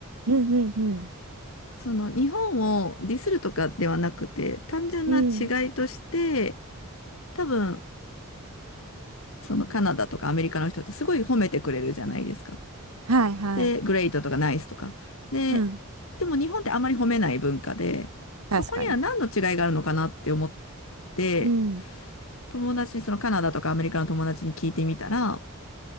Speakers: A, on the right; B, on the left.
A: うんうん
B: その、日本をディスるとかではなくて、単純な違いとして、
A: うんうん
B: 多分、そのカナダとかアメリカの人ってすごい褒めてくれるじゃないですか。
A: はいはい
B: で、グレイトとかナイスとか。で、
A: うん
B: でも日本ってあまり褒めない文化で、そこには何の違いがあるのかなって思っ
A: 確かに。
B: て、
A: うん
B: 友達、そのカナダとかアメリカの友達に聞いてみたら、